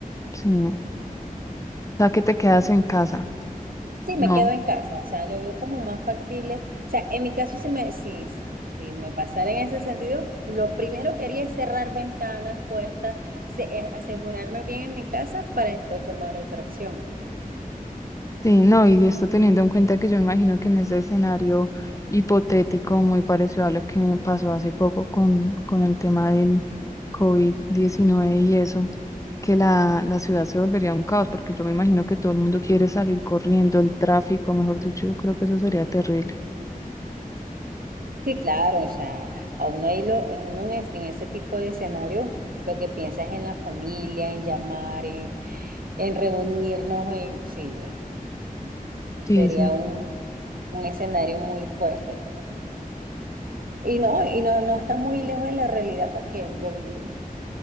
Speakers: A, on the left; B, on the right.
A: Sí. O sea, que te quedas en casa.
B: Sí,
A: No.
B: me quedo en casa, o sea, lo veo como más factible. O sea, en mi caso, si me, sí, sí, si me pasara en ese sentido, lo primero que haría es cerrar ventanas, puertas, se- eh, asegurarme bien en mi casa para después tomar otra acción.
A: Sí, no, y esto teniendo en cuenta que yo imagino que en ese escenario hipotético muy parecido a lo que me pasó hace poco con, con el tema del covid diecinueve y eso, que la, la ciudad se volvería un caos, porque yo me imagino que todo el mundo quiere salir corriendo, el tráfico, mejor dicho, yo creo que eso sería terrible.
B: Sí, claro, o sea, a uno ahí lo, en uno en, es- en ese tipo de escenarios lo que piensa es en la familia, en llamar, en, en reunirnos, en, sí,
A: Sí,
B: sería
A: sí,
B: un, un escenario muy fuerte. Y no, y no, no está muy lejos de la realidad porque lo vivimos.